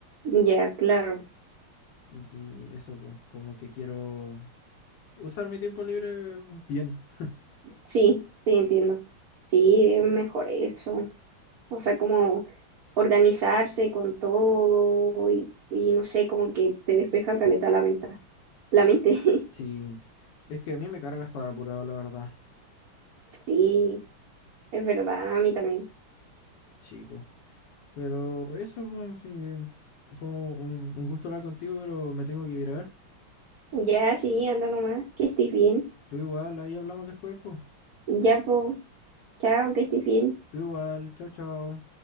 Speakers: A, on the right; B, on the left.
A: ya, claro.
B: Y eso, pues, como que quiero usar mi tiempo libre bien. <laughs>
A: Sí, sí, entiendo. Sí, es mejor eso. O sea, como organizarse con todo y, y no sé, como que te despeja caleta la mente. La mente. <laughs>
B: Sí, es que a mí me carga estar apurado, la verdad.
A: Sí, es verdad, a mí también.
B: Sí, pues. Pero eso, pues, sí, fue un, un gusto hablar contigo, pero me tengo que virar.
A: Ya, sí, anda nomás, que estés bien.
B: Tú igual, ahí hablamos después, pues.
A: Ya, pues, chao, que estés bien.
B: Tú igual, chao, chao.